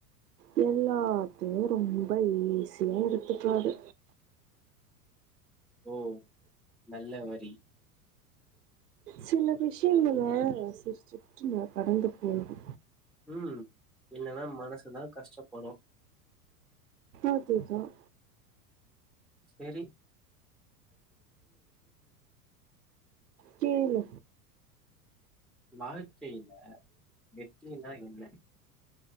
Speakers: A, on the right; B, in the centre.
A: நல்ல ஐடியா தான் நீ வேற எங்க இருந்து சொல்ற எல்லாத்தையு ரொம்ப ஈஸியா எடுத்துக்காது
B: ஓ நல்ல வரி
A: சில விஷ்யங்கள சிரிச்சுட்டு நா கடந்து போகு
B: ம் இல்லனா மனசுதா கஷ்டப்படு
A: அதுதான்
B: செரி
A: கேளு
B: வாழ்க்கைல வெற்றினா என்ன